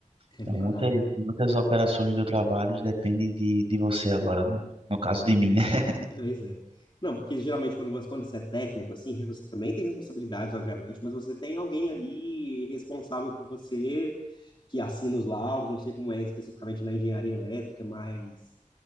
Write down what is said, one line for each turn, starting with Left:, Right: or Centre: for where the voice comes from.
Left: É
Right: Então,
Left: verdade.
Right: muitas, muitas operações do trabalho dependem de, de você agora, né? No caso de mim, né? <laughs>
Left: Pois é. Não, porque geralmente quando você, quando você é técnico, assim, você também tem responsabilidades, obviamente, mas você tem alguém ali responsável por você, que assina os laudos, não sei como é especificamente na engenharia elétrica, mas